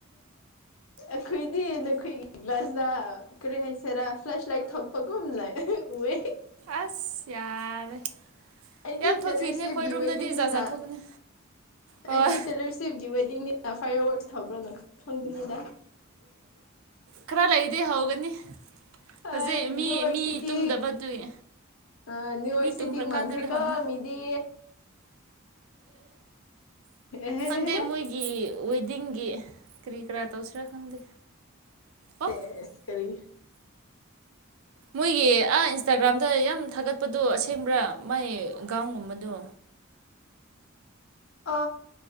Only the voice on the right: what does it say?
ꯑꯁ ꯌꯥꯔꯦ
ꯌꯥꯝ ꯊꯣꯛꯈꯤꯅꯦ
ꯑꯈꯣꯏ ꯔꯣꯝꯗꯗꯤ
ꯖꯥꯠ ꯖꯥꯠ ꯊꯣꯛꯄꯅꯦ ꯍꯣꯏ
ꯈꯔ ꯂꯩꯗꯤ ꯍꯧꯒꯅꯤ
ꯍꯧꯖꯤꯛ ꯃꯤ
ꯃꯤ
ꯇꯨꯝꯗꯕꯗꯨꯏ
ꯃꯤ
ꯇꯨꯝꯈ꯭ꯔꯀꯥꯟꯗ
ꯂꯩꯍꯧꯅꯤ
ꯈꯪꯗꯦ ꯃꯣꯏꯒꯤ ꯒꯤ ꯋꯦꯗꯤꯡꯒꯤ ꯀꯔꯤ ꯀꯔꯥ ꯇꯧꯁꯤꯔꯥ ꯈꯪꯗꯦ ꯑꯣ
ꯃꯣꯏꯒꯤ ꯑꯥ ꯏꯟꯁꯇꯥꯒ꯭ꯔꯥꯝꯗ ꯌꯥꯝ ꯊꯥꯒꯠꯄꯗꯣ ꯑꯁꯦꯡꯕ꯭ꯔꯥ ꯃꯥꯏ ꯒꯥꯎꯟꯒꯨꯝꯕꯗꯣ